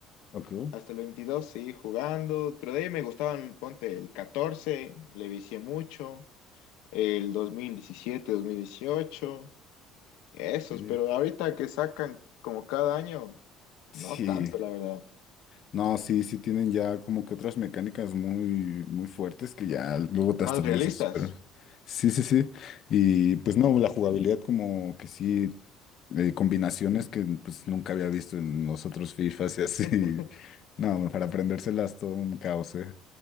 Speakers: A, on the left; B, on the left.
A: ok.
B: hasta el veintidós seguí jugando, pero de ahí me gustaban, ponte, el 14 le vicié mucho, el dos dos mil diecisiete dos mil dieciocho esos,
A: Sí.
B: pero ahorita que sacan como cada año,
A: Sí.
B: no tanto, la verdad,
A: No, sí, sí tienen ya como que otras mecánicas muy, muy fuertes que ya luego te
B: más
A: hasta
B: realistas.
A: desesperas. Sí, sí, sí. Y
B: Ujú.
A: pues no, la jugabilidad como que sí, eh, combinaciones que pues nunca había visto en los otros FIFAs y así.
B: <laughs>
A: <laughs> No, para aprendérselas todo un caos, ¿eh?